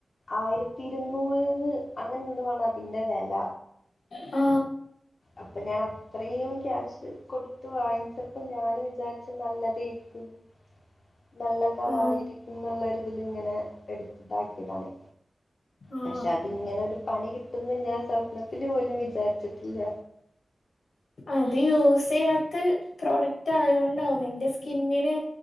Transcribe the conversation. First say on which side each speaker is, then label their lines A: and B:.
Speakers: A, on the left; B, on the left.
A: ആയിരത്തി ഇരുന്നൂറ് അങ്ങനെന്തോ ആണ് അതിന്റെ വില.
B: ആ
A: അപ്പൊ ഞാന് അത്രയും ക്യാഷ് കൊട്ത്ത് വാങ്ങിച്ചപ്പം ഞാന് വിചാരിച്ച് നല്ലത് <unintelligible> നല്ലതായിരിക്കും
B: ആ
A: ന്ന്ള്ള ഒര്ത്ൽങ്ങനെ എട്ത്തതാക്കിയതാണ്.
B: ആ
A: പക്ഷെ അതിങ്ങനെ ഒരു പണി കി അന്ന് ഞാൻ സ്വപ്നത്തില് പോലും വിചാരിച്ചിട്ടില്ല
B: അത് യൂസ്യ്യാത്ത് പ്രോഡക്റ്റ് ആയത് കൊണ്ടാവും എന്റെ സ്കിന്നിന്